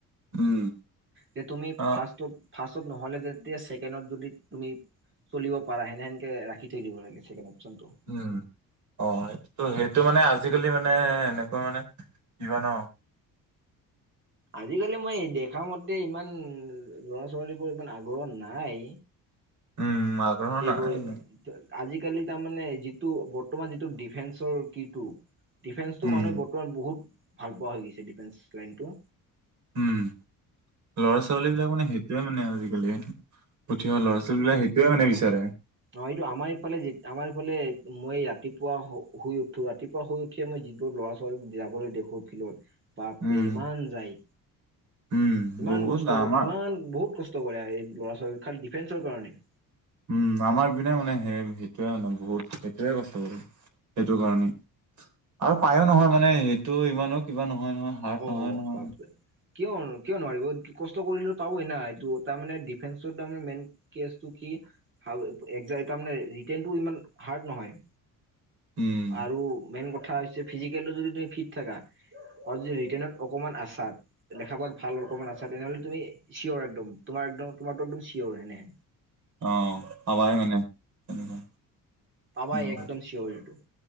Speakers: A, on the right; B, on the right.
A: উম
B: যে তুমি
A: অ
B: ফাৰ্ষ্টত ফাৰ্ষ্ট নহ'লে যেতিয়া ছেকেণ্ডত যদি তুমি, চলিব পাৰা হেনেহেকে ৰাখি থৈ দিব লাগে ছেকেণ্ড অপশচনটো।
A: উম অ ত সেইটো মানে আজিকালি মানে এনেকৈ মানে কিবা ন,
B: আজিকালি মই দেখা মতে ইমান ল'ৰা ছোৱালী বোৰ ইমান আগ্ৰহ নাই।
A: উম আগ্ৰহ
B: এইবোৰ
A: নাই ইমান।
B: আজিকালি তাৰমানে যিটো বৰ্তমান যিটো ডিফেন্সৰ কিটো ডিফেন্সটো
A: উম
B: মানুহে বৰ্তমান বহুত ভাল পোৱা হৈ গৈছে ডিফেন্স লাইনটো।
A: উম লৰা ছোৱালী বিলাক মানে সেইটোয়ে মানে আজিকালি। উঠি অহা লৰা ছোৱালীবিলাক সেইটোৱে মানে বিচাৰে।
B: অ এইটো আমাৰ ইফালে আমাৰ ইফালে মই ৰাতিপুৱা শুই উঠো ৰাতিপুৱা শুই উ মই যিবোৰ ল'ৰা ছোৱালী যাবলৈ দেখো ফিল্ডত বাপৰে
A: উম
B: ইমান যায়।
A: উম
B: ইমান
A: বহুত
B: কষ্ট
A: আমাৰ
B: ইমান বহুত কষ্ট কৰে এই ল'ৰা ছোৱালী খাল ডিফেন্সৰ কাৰণে।
A: উম আমাৰ পিনে মানে সেই সেইটোৱে মানে বহুত সেইটোৱে কষ্ট কৰে সেইটো কাৰণে। আৰু পায়ো নহয় মানে সেইটো ইমানো কিবা নহয় নহয়। হাৰ্ড
B: অ
A: নহয় নহয়
B: বাপে কিয় কিয় নোৱাৰিব কষ্ট কৰিলে পাবই না এইটো তাৰমানে ডিফেন্সৰ তাৰে মেইন কেচটো কি। <unintelligible> তাৰে ৰিটাৰটো ইমান হাৰ্ড নহয়।
A: উম।
B: আৰু মেইন কথা হৈছে ফিজিকেলো যদি তুমি ফিট থাকা। অ যদি ৰিটেন অকমান আছা ত লেখা পঢ়াত ভাল অকমান আছা তেনেহলে তুমি চিঅৰ একদম তোমাৰ একদম তোমাৰ টো একদম চিঅৰ হেনে।
A: অ হবাই মানে। তেনেকুৱা
B: পাবা
A: উম
B: একদম চিয়ৰ এইটো।